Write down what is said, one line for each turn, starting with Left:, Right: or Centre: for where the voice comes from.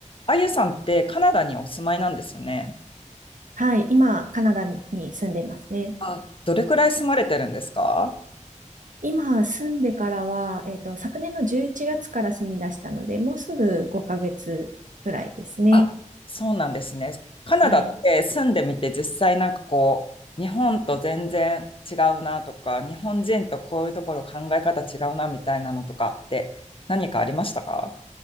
Left: あゆさんってカナダにお住まいなんですよね。
Right: はい、今、カナダに住んでいますね。
Left: あ、どれくらい住まれてるんですか
Right: 今、住んでからは、えっと、昨年の11月から住み出したので、もうすぐ5ヶ月ぐらいですね。
Left: あ、そうなんですね。カナダって住んでみて実際なんかこう、
Right: はい。
Left: 日本と全然違うなとか、日本人とこういうところ考え方違うなみたいなのとかって何かありましたか